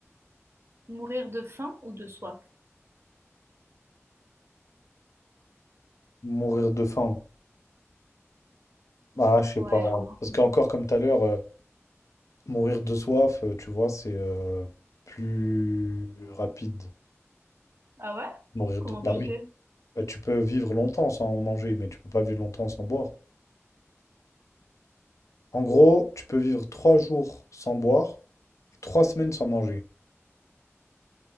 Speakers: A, on the right; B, on the left.
A: Mourir de faim ou de soif?
B: Mourir de faim. Ah, je sais
A: Ouais,
B: pas.
A: je crois.
B: Parce qu'encore comme tout à l'heure, euh, mourir de soif, euh, tu vois, c'est euh, plus rapide.
A: Ah ouais?
B: Mourir
A: Comment
B: de... Bah Bah,
A: tu
B: oui.
A: sais?
B: oui. bah, tu peux vivre longtemps sans manger, mais tu peux pas vivre longtemps sans boire. En gros, tu peux vivre trois jours sans boire et trois semaines sans manger.